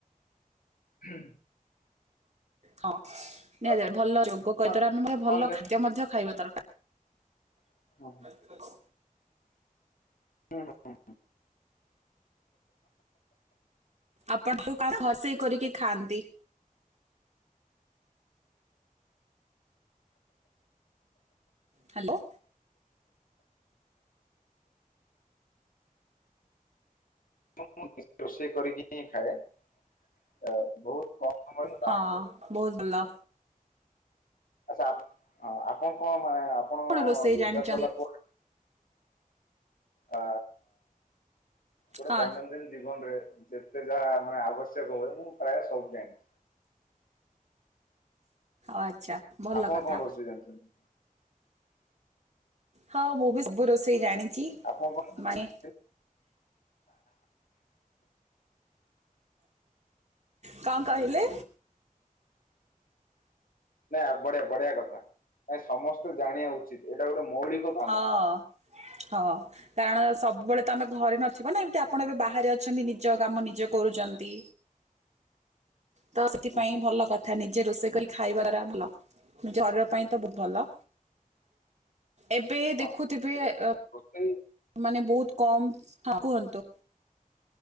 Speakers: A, on the left; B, on the right.
A: ହୁଁ।
B: ହଁ ନିହା
A: ଆ,
B: ଭଲ ଯୋଗ କହିଦାର
A: ମାନେ
B: ଆମେ ଭଲ
A: କଣ ଯେ-
B: ଖାଦ୍ୟ ମଧ୍ୟ ଖାଇବା ଦରକାର।
A: ହଁ।
B: ଏଇଟା କଣ?
A: ହୁଁ।
B: ଆପଣ କଉ କାହା ଖସେଇ କରିକି ଖାଆନ୍ତି। ହ୍ୟାଲୋ।
A: ମୁଁ ନି ରୋଷେଇ କରିକି ହିଁ ଖାଏ। ଆ ବହୁତ କମ୍ ସମୟ ମୁଁ
B: ହଁ
A: ବାହାରେ ଖାଏ।
B: ବହୁତ ଭଲ।
A: ଆଛା ଆପ୍ ଆପଣ କଣ ମାଁ, ଆପଣ
B: କଣ ରୋଷେଇ ଜାଣିଛନ୍ତି
A: ୟୋଗା କଲା ପ ଆ ଗୋଟେ
B: ହଁ
A: ଦୈନନ୍ଦିନ ଜୀବନରେ ଯେତେ ଯାହା ମାନେ ଆବଶ୍ୟକ ହୁଏ। ମୁଁ ପ୍ରାୟ ସବୁ ଜାଣିଛି।
B: ଆଚ୍ଛା। ଭଲ
A: ଆପଣ
B: କଥା
A: କଣ ରୋଷେଇ ଜାଣିଛନ୍ତି?
B: ହଁ, ମୁଁ ବି ସବୁ ରୋଷେଇ ଜାଣିଚି।
A: ଆପଣ କଣ
B: ମାଣେ
A: ଜାଣିଛନ୍ତି?
B: କଣ କହିଲେ?
A: ନାଇଁ, ବଢିଆ ବଢିଆ କଥା। ନାଇଁ ସମସ୍ତେ ଜାଣିବା ଉଚିତ ଏଇଟା ଗୋଟେ ମୌଳିକ କାମ।
B: ହଁ, ହଁ। କାରଣ, ସବୁବେଳେ ତ ଆମେ ଘରେ ନଥିବ ନା, ଏମତି ଆପଣ, ଏବେ ବାହାରେ ଅଛନ୍ତି। ନିଜ କାମ ନିଜେ କରୁଛନ୍ତି। ତ ସେଥିପାଇଁ
A: ହୁଁ, ହୁଁ,
B: ଭଲ
A: ହୁଁ।
B: କଥା, ନିଜେ ରୋଷେଇ କଲେ ଖାଇବାରା ଭଲ, ଜର ପାଇଁ ତ ବୁତ୍ ଭଲ। ଏବେ ହିଁ
A: ହଁ
B: ଦେଖୁଥିବେ, ଏ
A: ରୋଷେଇ
B: ମାନେ ବହୁତ କମ୍ ହଁ, କୁହନ୍ତୁ।